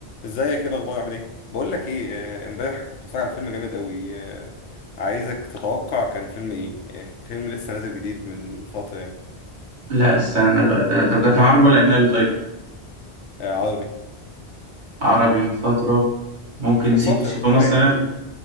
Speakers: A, on the left (about 85°); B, on the right (about 45°).
A: ازيك ايه الاخبار عامل ايه بقول لك ايه آه، امبارح كنت بتفرج على فيلم جامد قوي آه، عايزك تتوقع كان فيلم ايه آه، فيلم لسه نازل جديد من فتره يعني
B: لا استنى بقى ده ده, ده كان عربي ولا أجنبي طيب؟
A: آه، عربي
B: عربي من فترة ممكن
A: مش من
B: سيكو
A: فتره
B: سيكو
A: اللي هو
B: مثلا
A: يعني من